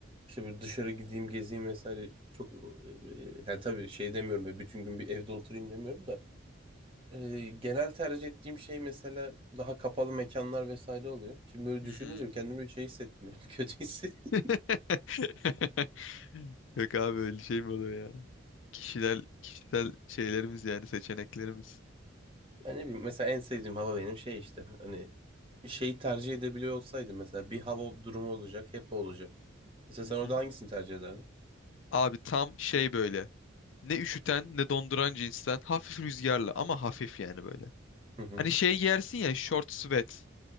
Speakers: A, on the right (about 25°); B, on the left (about 65°).
A: işte böyle dışarı gideyim gezeyim vesaire çok e, yani tabii şey demiyorum böyle bütün gün bir evde oturayım demiyorum da e, genel tercih ettiğim şey mesela daha kapalı mekanlar vesaire oluyor. Şimdi böyle düşününce
B: Hmm.
A: kendimi bir şey hissettim ya, <laughs> kötü hissettim.
B: <laughs> Yok abi öyle şey mi olur ya? Kişiler, kişisel şeylerimiz yani seçeneklerimiz.
A: Yani ne bileyim, mesela en sevdiğim hava benim şey işte hani şeyi tercih edebiliyor olsaydım mesela bir hava durumu olacak hep o olacak. Mesela
B: Hı
A: sen orada
B: hı.
A: hangisini tercih ederdin?
B: Abi tam şey böyle. Ne üşüten ne donduran cinsten. Hafif rüzgarlı ama hafif yani böyle.
A: Hı hı,
B: Hani şey giyersin ya short sweat.